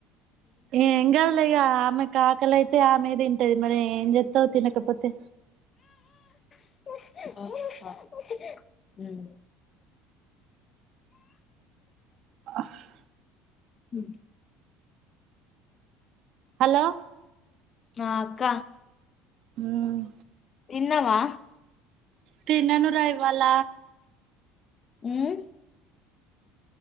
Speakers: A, on the right; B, on the left.
A: ఏం గాదులే, ఇగ ఆమెక్. కాకలి అయితే ఆమె తింటది మరి, ఏం జేత్తవ్? తినకపోతే.
B: అ అ హు
A: ఆ హె.
B: హ్.
A: హలో!
B: ఆ, అక్క.
A: ఉమ్.
B: తిన్నావా?
A: తిన్నాను రా, ఇవ్వల.
B: ఉమ్మ్.